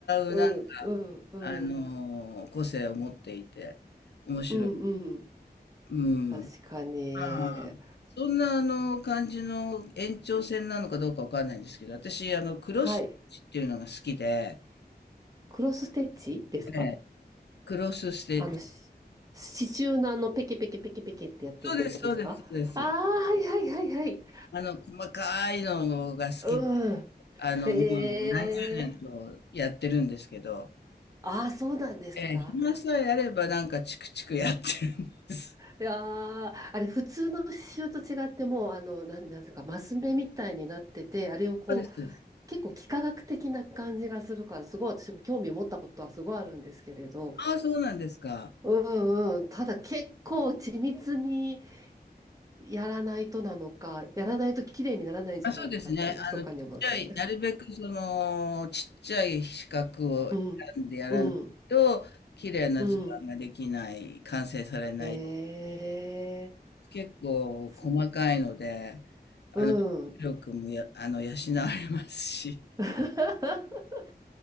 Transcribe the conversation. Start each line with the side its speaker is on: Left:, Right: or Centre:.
Right: うん、
Left: う、なんか、
Right: うん、うん、
Left: あのー個性を持っていて、面白い。
Right: うん、うん。
Left: うん。
Right: 確かに。
Left: まあ、そんなあの感じの延長線なのかどうかわかんないんですけど、私、あの、クロスステッチっていうのが好きで、
Right: はい。クロスステッチですか
Left: ええ、クロスステッチ。
Right: あの、し刺繍のあの、ペケペケペケペケってやっていくやつですかああー、
Left: そうです、そうです、そうです。
Right: はいはいはいはい。
Left: あの、細かいのが好きで、
Right: うん。
Left: あの、
Right: へえ。
Left: もう何十年とやってるんですけど、
Right: ああ、そうなんですか。
Left: ええ、暇さえあればなんかチクチクやってるんです。
Right: いやー、あれ、普通の刺繍と違って、もう、あの、なんなんですか、マス目みたいになってて、あれをこう、
Left: そうです。
Right: 結構幾何学的な感じがするから、すごい私も興味持ったことはすごいあるんですけれど、
Left: ああ、そうなんですか。
Right: うんうん、ただ結構緻密にやらないとなのか、やらないと綺麗にならないんじゃないかって、
Left: あ、そうですね。
Right: 密かに思って。
Left: あの、ちっちゃい、なるべくその、ちっちゃい四角を選んでやらないと、
Right: <laughs> うん、うん、
Left: 綺麗な図案ができない、
Right: うん。
Left: 完成されない。
Right: へえ
Left: 結構細かいので、
Right: ー、す
Left: あの、
Right: うん。
Left: 力もや、あの、養われますし。
Right: <laughs>